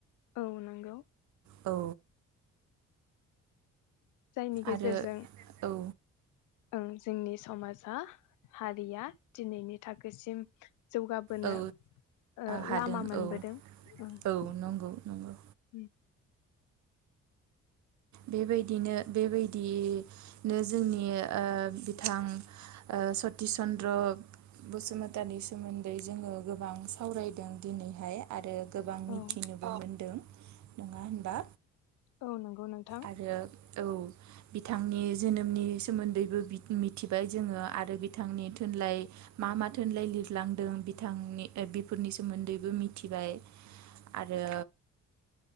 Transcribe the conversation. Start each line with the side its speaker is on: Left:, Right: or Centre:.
Left: औ नंगौ।
Right: औ
Left: जायनि गेजेरजों
Right: आरो औ
Left: ओं जोंनि समाजा हारिया दिनैनि थाखोसिम जौगाबोनो
Right: औ
Left: ओ
Right: हादों
Left: लामा मोनबोदों
Right: औ
Left: <unintelligible>
Right: औ नंगौ नंगौ बेबायदिनो बेबायदिनो जोंनि ओ बिथां सतिच चन्द्र बसुमतानि सोमोन्दै जोङो गोबां सावरायदों दिनैहाय आरो गोबां मिथिनोबो
Left: औ
Right: मोनदों। नङा होनबा।
Left: औ <unintelligible> <unintelligible> नोंथां।
Right: आरो औ बिथांनि जोनोमनि सोमोन्दैबो बिद- मिथिबाय जोङो आरो <unintelligible> <unintelligible> थुनलाइ मा मा? थुनलाय लिरलांदों बिथांनि ओ बिफोरनि सोमोन्दैबो मिथिबाय आरो